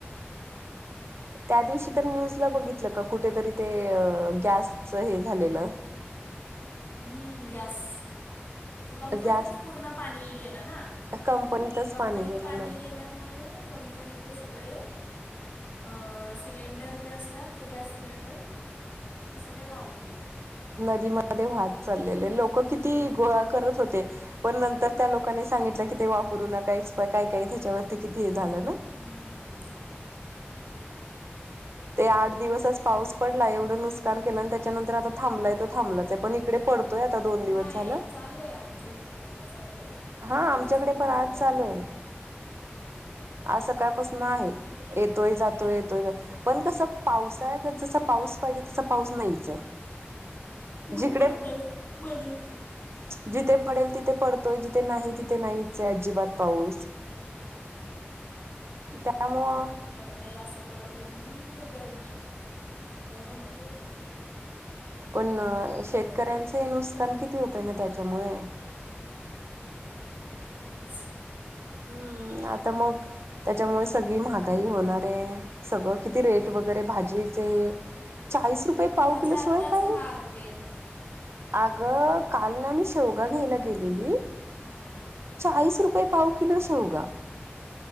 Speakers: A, on the right; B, on the left.
A: त्या दिवशी तर न्यूजला बघितलं का कुठेतरी ते गॅसच हे झालेलं.
B: हम्म गॅस ते कंपनीतच
A: गॅस
B: पूर्ण पाणी गेलं ना
A: कंपनीतच
B: कंपनीत
A: गेलं
B: पाणी
A: नाही.
B: गे गेल्यामुळे कंपनीतले सगळे अ सिलेंडर जे असतात ते गॅस सिलेंडर ते सगळे वाहून गेले
A: नदीमध्ये वाहत चाललेले लोक
B: हम्म,
A: किती गोळा करत होते पण नंतर त्या लोकांनी सांगितलं कि ते वापरू नका एक्सप काय काय त्याच्यावरती किती हे झालं ना
B: हम्म
A: ते आठ दिवसच पाऊस
B: ते काय
A: पडला एवढं नुसकान केलं आणि त्याच्यानंतर आता थांबलाय तो थांबलाच आहे पण इकडे पडतोय आता दोन दिवस
B: नाय
A: झालं.
B: चालू हाय आमच्या इथे पण आता चालू हाय
A: हा
B: पाऊस
A: आमच्याकडे
B: चालू
A: पण आज
B: झालय
A: चालू आहे
B: हम्म
A: आज सकाळपासून आहे येतोय जातोय येतोय जोतोय पण कस पावसाळया गत जसा पाऊस पाहिजे, तसा पाऊस नाहीच हाय
B: ऊन
A: जिकडे
B: पडतंय मध्येच
A: जिथे पडेल तिथे पडतोय जिथे नाही तिथे नाहीच अजिबात पाऊस
B: हम्म.
A: त्यामुळ
B: काय असं कडक ऊन की गरमी गरम होतय
A: पण शेतकऱ्यांच
B: जोरात ऊन पडतं
A: नुसकान किती होतय ना त्याच्यामुळे
B: ते तर आहेच
A: हम्म आता मग त्याच्यामुळे सगळी महागाई होणार आहे सगळं किती रेट वगैरे भाजीचे चाळीस रुपये पाव
B: भाज्या
A: किलो शिवाय
B: आत्ताच
A: काय
B: महाग
A: हाय
B: आहेत
A: अग काल ना मी शेवगा घ्यायला गेलेली
B: हम्म
A: चाळीस रुपये पाव किलो शेवगा